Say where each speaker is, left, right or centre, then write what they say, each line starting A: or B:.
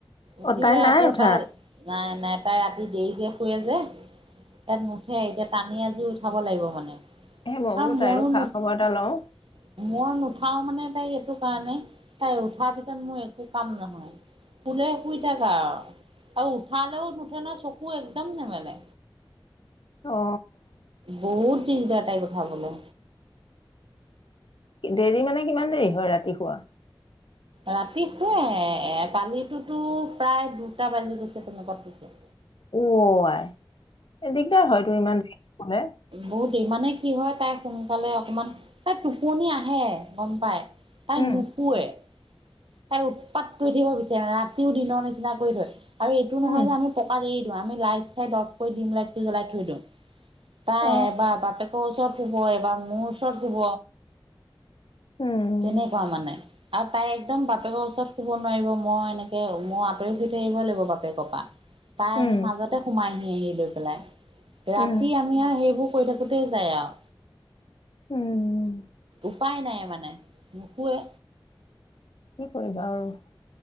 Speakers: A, on the right; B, on the left.
A: উঠিলে
B: অ' তাই নাই
A: আকৌ
B: উঠা
A: তাই নাই নাই তাই ৰাতি দেৰিকে শুৱে যে। তাত নুঠে এতিয়া টানি আনি <unintelligible> উঠাব লাগিব মানে।
B: দেহে মই
A: আৰু
B: বোলো তাইৰো
A: ময়ো
B: খা
A: নুঠ
B: খবৰ এটা লওঁ।
A: - মইও নুঠাও মানে সেই সেইটো কাৰণে তাই উঠাৰ পিছত মোৰ একো কাম নহয়। বুলে শুই থাক আৰু। আৰু উঠালেও নুঠে নহয় চক চকু একদম নেমেলে।
B: অ'
A: বহুত <unintelligible> বলে
B: দেৰি মানে কিমান দেৰি হয় ৰাতি শোৱা?
A: ৰাতি শুৱে এ কালিতোতো প্ৰায় দুটা বাজি গৈছে তেনেকোৱাত শুইছে।
B: অ' আই। এ দিগদাৰ হয় তো ইমান দেৰিকে শুলে।
A: বহুতেই মানে কি হয় তাই সোনকালে অকমান তাই টোপনি আহে গম পাই তাই
B: উম,
A: নুপোৱে তাই উৎপাত কৰি থাকিব বিচাৰে মানে ৰাতিও দিনৰ নিচিনা কৰি থয়। আৰু এইটো নহয়
B: উম।
A: যে আমি পকাত এই আমি লাইট চাইট অফ কৰি ডিম লাইটটো জ্বলাই থৈ দিওঁ। তাই
B: অ',
A: এবাৰ বাপেকৰ ওচৰত শুব শুব এবাৰ মোৰ ওচৰত শুব।
B: উম,
A: তেনেকোৱা মানে। আৰু তাই একদম বাপেকৰ ওচৰত শুব নোৱাৰিব মই এনেকে মই আঁতৰি শুই থাকিবই লাগিব বাপেকৰ পৰা। তাই
B: উম,
A: আহি মাজতে সোমাই আহি লৈ পেলাই। ৰাতি
B: উম,
A: আমি আৰু সেইবোৰ কৈ থাকোতে যায় আৰু।
B: উম।
A: উপাই নাই মানে নুশোৱে
B: কি কৰিবা আৰু।